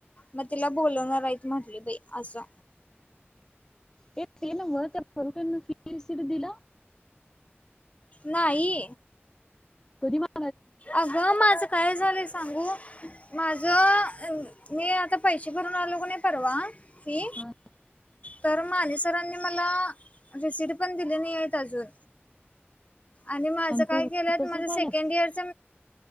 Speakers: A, on the left; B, on the left.
A: मग तिला बोलवणार आहेत म्हटली बाई असं.
B: ते नव्ह त्या <unintelligible> कडनं किती रिसीट दिल.
A: नाही.
B: तु <unintelligible>
A: अगं माझं काय झालंय सांगू माझं मी आता पैसे भरून आलो क नाही परवा कि
B: हा?
A: तर माने सरांनी मला रिसिट पण दिली नाही आहेत अजून. आणि माझं काय
B: तू
A: केल्यात
B: तसं
A: माझं
B: झाल्यास
A: सेकंड इयरच...